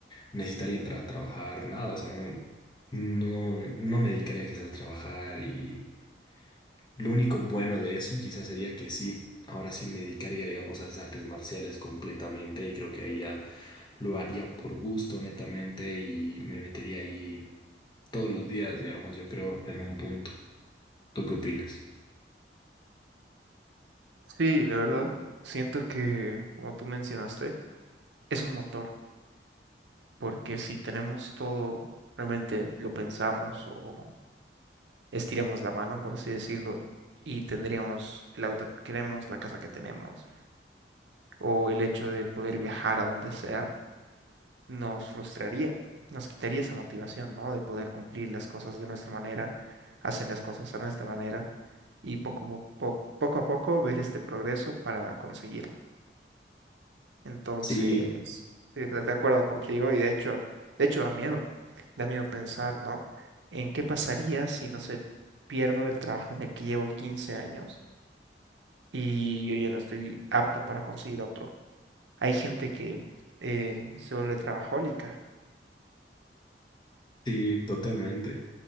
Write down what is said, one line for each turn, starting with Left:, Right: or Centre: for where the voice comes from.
Left: necesitaría entrar a trabajar, nada. O sea, no, no, no me dedicaría quizás a trabajar. Y lo único bueno de eso quizás sería que sí, ahora sí me dedicaría, digamos, a las artes marciales completamente. Y creo que ahí ya lo haría por gusto, netamente, y me metería ahí todos los días, digamos, yo creo, en un punto. ¿Tú qué opinas?
Right: Sí, la verdad, siento que, como tú mencionaste, es un motor. porque si tenemos todo, realmente lo pensamos o estiramos la mano, por así decirlo, y tendríamos el auto que queremos, la casa que tenemos, o el hecho de poder viajar a donde sea, nos frustraría, nos quitaría esa motivación, ¿no? De poder cumplir las cosas de nuestra manera, hacer las cosas a nuestra manera, y poco, a poco, poco a poco ver este progreso para conseguirlo. Entonces,
Left: Sí.
Right: sí, de de acuerdo contigo y de hecho, de hecho da miedo, da miedo pensar, ¿no? ¿En qué pasaría si, no se pierdo el trabajo en el que llevo 15 años y yo ya no estoy apto para conseguir otro? Hay gente que eh, se vuelve trabajólica,
Left: Sí, totalmente.